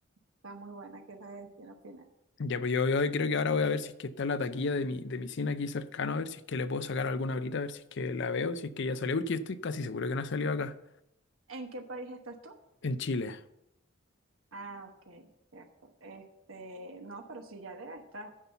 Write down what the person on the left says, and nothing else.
Ya, pues yo, yo creo que ahora voy a ver si es que está en la taquilla de mi, de mi cine aquí cercano, a ver si es que le puedo sacar alguna ahorita, a ver si es que la veo, si es que ya salió, porque estoy casi seguro que no ha salido acá,
en Chile.